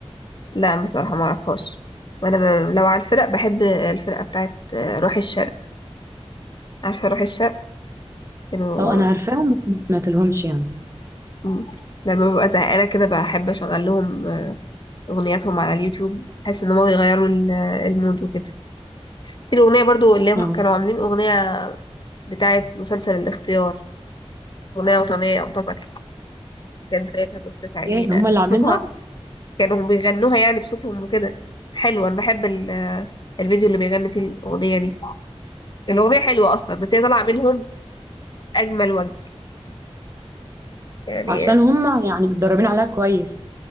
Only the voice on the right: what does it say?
اه انا عارفاهم بس ما سمعت لهمش يعني
اه
ايه هما اللي عاملينها
عشان هما يعني متدربين عليها كويس